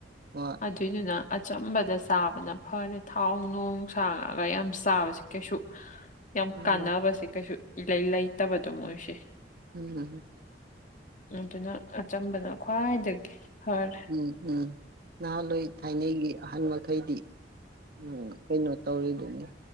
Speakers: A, on the right; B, on the left.
A: ꯋꯥ
B: ꯑꯗꯨꯏꯗꯨꯅ ꯑꯆꯝꯕꯗ ꯆꯥꯕꯅ ꯐꯔꯦ ꯊꯥꯎ ꯅꯨꯡ ꯁꯥ ꯉꯥꯒ ꯌꯥꯝ ꯆꯥꯕꯁꯤ ꯀꯩꯁꯨ ꯌꯥꯝ
A: ꯎꯝ
B: ꯀꯥꯟꯅꯕꯁꯦ ꯀꯩꯁꯨ ꯏꯂꯩ ꯂꯩꯇꯕꯗꯣ ꯃꯣꯏꯁꯦ꯫
A: ꯎꯝꯍꯨꯝ
B: ꯑꯗꯨꯅ ꯑꯆꯝꯕꯅ ꯈ꯭ꯋꯥꯏꯗꯒꯤ ꯐꯔꯦ꯫
A: ꯎꯝ ꯎꯝ ꯅꯍꯥꯟꯋꯥꯏ ꯊꯥꯏꯅꯩꯒꯤ ꯑꯍꯟ ꯃꯈꯩꯗꯤ ꯎꯝ ꯀꯩꯅꯣ ꯇꯧꯔꯤꯗꯨꯅꯤ